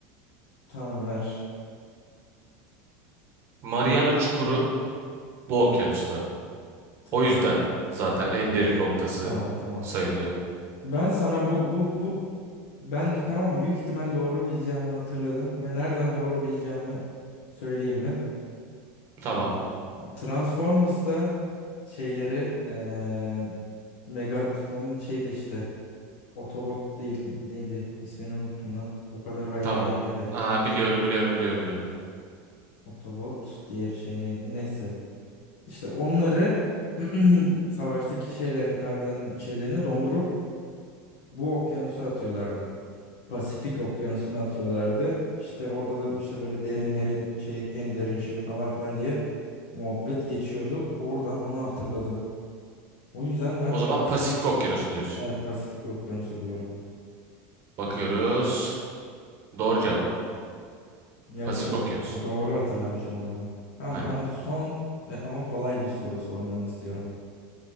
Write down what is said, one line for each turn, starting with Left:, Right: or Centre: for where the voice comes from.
Left: tamam ver.
Right: Mariana Çukuru bu okyanusta.
Left: Tamam.
Right: O yüzden zaten en derin noktası
Left: Tamam tamam.
Right: sayılıyor.
Left: Ben sana bu bu bu ben de tamam büyük ihtimal doğru bileceğimi hatırladım ve nereden doğru bileceğimi söyleyeyim mi?
Right: Tamam,
Left: Transformers'ta şeyleri eee Megatron'un şeyde işte Autobot değil neydi? İsmini unuttum lan. O kadar hayranıyım
Right: tamam.
Left: bir de.
Right: Aa, biliyorum, biliyorum, biliyorum, biliyorum.
Left: Autobot diğer şey neydi? Neyse. İşte onları <clears throat> savaştaki şeylerini kaybeden şeylerini dondurup bu okyanusa atıyorlardı. Pasifik okyanusuna atıyorlardı. İşte orada da işte böyle derin merin şey en derin şeyi falan filan diye muhabbet geçiyordu. Oradan onu hatırladım. O yüzden ben
Right: O zaman
Left: Pasifik,
Right: Pasifik Okyanusu diyorsun.
Left: evet Pasifik Okyanusu diyorum.
Right: Bakıyoruz. Doğru cevap.
Left: Ya
Right: Pasifik
Left: işte o,
Right: Okyanusu.
Left: o doğru hatırlamışım o zaman. Tamam
Right: Aynen.
Left: bana son ve ama kolay bir soru sormanı istiyorum.